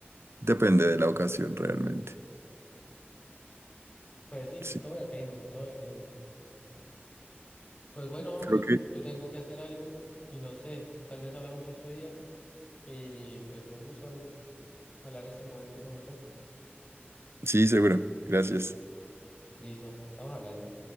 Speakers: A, on the right; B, on the left.
A: Depende de la ocasión realmente.
B: Pues sí,
A: Sí,
B: todo depende, todo depende. Pues bueno, Omar,
A: creo que
B: yo tengo que hacer algo y no sé, tal vez hablamos otro día. Y pues un gusto hablar este momento con usted.
A: sí, seguro. Gracias.
B: Listo, estamos hablando.